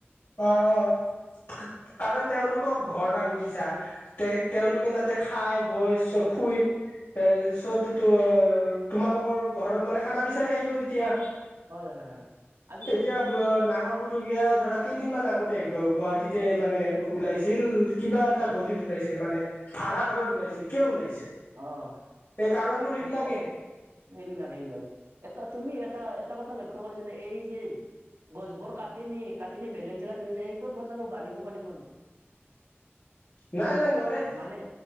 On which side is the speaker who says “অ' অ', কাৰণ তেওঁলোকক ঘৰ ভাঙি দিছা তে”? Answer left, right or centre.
Left